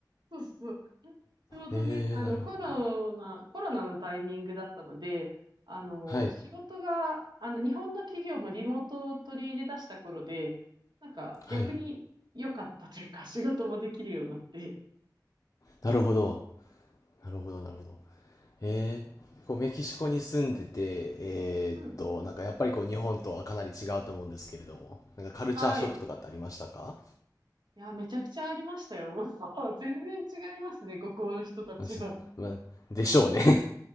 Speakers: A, on the right; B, on the left.
A: そうそう。ちょうどね、
B: えー、
A: あの、
B: なるほど
A: コロナ、コロナのタイミングだったので、あの、
B: はい
A: 仕事が、あの、日本の企業もリモートを取り入れ出した頃で、なんか逆に良かったというか、
B: はい
A: 仕事もできるようになって。
B: なるほどなるほどなるほどえー、こうメキシコに住んでてえーっとなんかやっぱりこう日本とはかなり違うと思うんですけれどもなんかカルチャーショックとかってありましたか
A: うん。はい。いや、めちゃくちゃありましたよ。もう、そう全然違いますね、ここの人たちは。
B: 私まあでしょうね